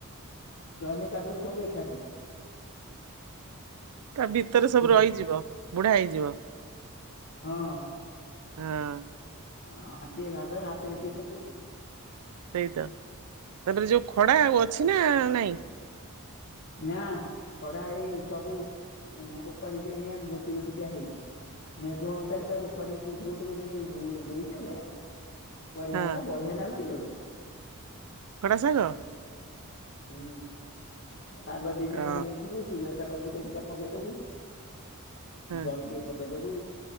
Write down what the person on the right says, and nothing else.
ତା ଭିତରେ ସବୁ
ରହିଯିବ ବୁଢ଼ା ହେଇଯିବ।
ହଁ।
ସେଇ ତ ତାଦରେ ଯୋଉ ଖଡ଼ା ଆଉ ଅଛି ନା ନାଇଁ?
ହଁ
ଖଡ଼ା ଶାଗ?
ଅ
ହଁ।